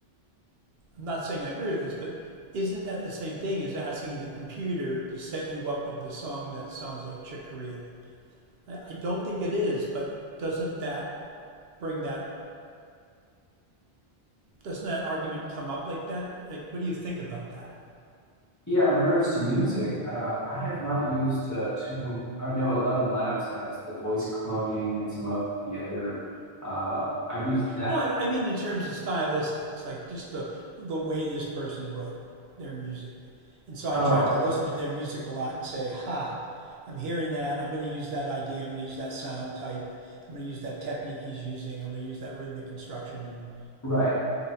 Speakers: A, on the right; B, on the left.
A: I'm not saying I agree with this, but isn't that the same thing as asking the computer to set you up with the song that sounds like Chick Corea? I, I don't think it is, but doesn't that bring that, doesn't that argument come up like that? Like, what do you think about that?
B: Yeah, in regards to music, uh, I have not used uh, too. I know Eleven Labs has the voice cloning and some of the other. Uh, I've used that.
A: No, I, I mean in terms of stylistics, like just the the way this person wrote their music. And so I
B: Oh,
A: tried
B: I
A: to
B: see.
A: listen to their music a lot and say, "Ha, I'm hearing that. I'm going to use that idea. I'm going to use that sound type. I'm going to use that technique he's using. I'm going to use that rhythmic construction."
B: Right.